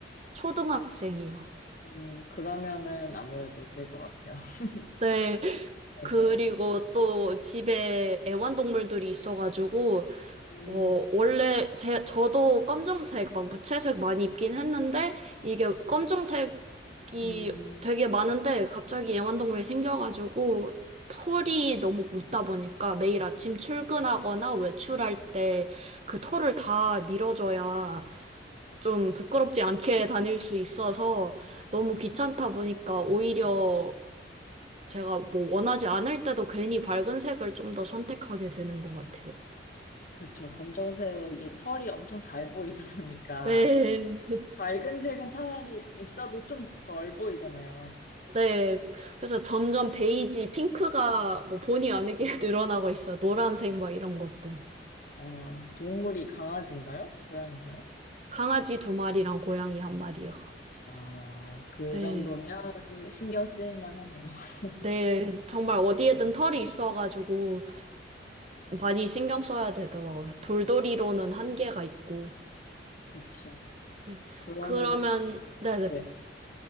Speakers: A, on the right (about 35°); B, on the left (about 45°).
A: 초등학생이요.
B: 음, 그러면은 아무래도 그럴 것 같아요. <laughs>
A: 네.
B: 맞아요.
A: 그리고 또 집에 애완동물들이 있어가지고,
B: 음,
A: 어, 원래 제, 저도 검정색, 막 무채색 많이 입긴 했는데, 이게 검정색이
B: 음,
A: 되게 많은데, 갑자기 애완동물이 생겨가지고, 털이 너무 묻다 보니까 매일 아침 출근하거나 외출할 때 그 털을 다 밀어줘야 좀 부끄럽지 않게 다닐 수 있어서 너무 귀찮다 보니까 오히려 제가 뭐 원하지 않을 때도 괜히 밝은 색을 좀 더 선택하게 되는 것 같아요.
B: 그쵸. 검정색이 털이 엄청 잘 보이다 보니까
A: 네.
B: 밝은 색은 차라리 있어도 좀 덜 보이잖아요.
A: 네. 그래서 점점 베이지, 핑크가 뭐 본의
B: 음,
A: 아니게 <laughs> 늘어나고 있어요. 노란색 막 이런 것도.
B: 아, 동물이 강아지인가요? 고양인가요
A: 강아지 두 마리랑 고양이 한 마리요.
B: 아, 그
A: 네.
B: 정도면 신경 쓰일 만하네요. <laughs>
A: 네. 정말 어디에든
B: 네,
A: 털이 있어가지고 많이 신경 써야 되더라고요. 돌돌이로는 한계가 있고.
B: 그쵸.
A: 네.
B: 그러면,
A: 그러면, 네네.
B: 네.